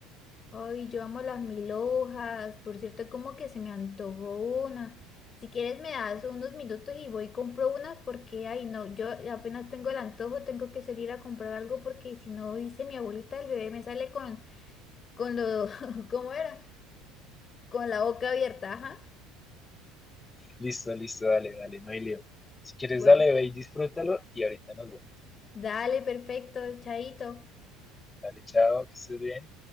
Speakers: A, on the left; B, on the left.
A: Ay, yo amo las mil hojas. Por cierto, como que se me antojó una. Si quieres me das unos minutos y voy y compro unas porque, ay, no, yo apenas tengo el antojo, tengo que salir a comprar algo porque si no, dice mi abuelita, el bebé me sale con, con lo, <laughs> ¿cómo era? Con la boca abierta, ajá.
B: Listo, listo, dale, dale, no hay lío. Si quieres,
A: Bueno,
B: dale, ve y disfrútalo y ahorita nos vemos.
A: dale, perfecto, chaito.
B: Dale, chao, que estés bien.